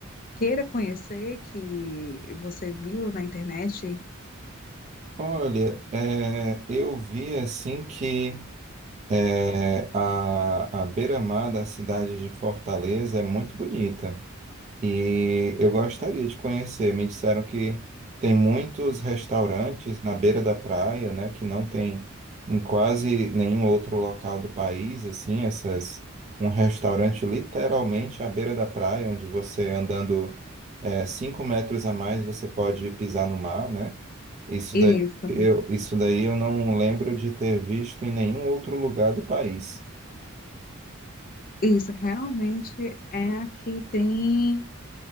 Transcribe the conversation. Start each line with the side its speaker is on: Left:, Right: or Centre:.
Left: queira conhecer, que você viu na internet?
Right: Olha, é, eu vi assim que é, a, a beira-mar da cidade de Fortaleza é muito bonita. E eu gostaria de conhecer. Me disseram que tem muitos restaurantes na beira da praia, né, que não tem em quase nenhum outro local do país, assim, essas um restaurante literalmente à beira da praia, onde você andando é, cinco metros a mais você pode pisar no mar, né? Isso
Left: Isso,
Right: daí eu, isso daí eu não lembro de ter visto em nenhum outro lugar do país.
Left: isso, realmente é aqui tem,